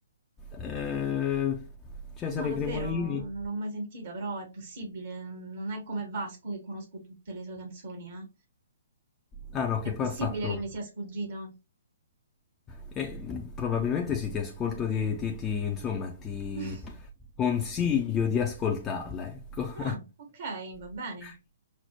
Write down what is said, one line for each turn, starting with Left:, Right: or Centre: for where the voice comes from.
Left: Eh, Cesare
Right: No, davvero,
Left: Cremonini.
Right: non l'ho mai sentita, però è possibile. Non è come Vasco che conosco tutte le sue canzoni, eh.
Left: Ah no, che
Right: È possibile
Left: poi ha fatto...
Right: che mi sia sfuggita.
Left: eh, probabilmente sì, ti ascolto, di, ti, ti- insomma, ti
Right: <laughs>
Left: consiglio di ascoltarla, ecco.
Right: Ah, ok, va bene,
Left: <laughs>